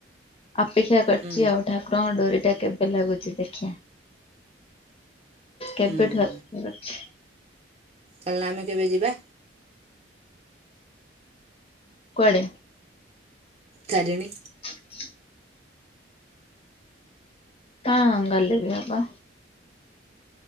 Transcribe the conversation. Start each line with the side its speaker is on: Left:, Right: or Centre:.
Left: ଅପେକ୍ଷା କରିଛି
Right: ହୁଁ
Left: ଆଉ ଠାକୁରଙ୍କ ଡୋରି ଟା କେବେ ଲାଗୁଛି ଦେଖିଆ କେବେଠୁ
Right: ହୁଁ
Left: ଆ କରିଛି
Right: ତାହେଲେ ଆମେ କେବେ ଯିବା
Left: କୁଆଡେ?
Right: ତାରିଣୀ
Left: ଆ <inaudible> ହଁ ଗଲେ ବି ହବ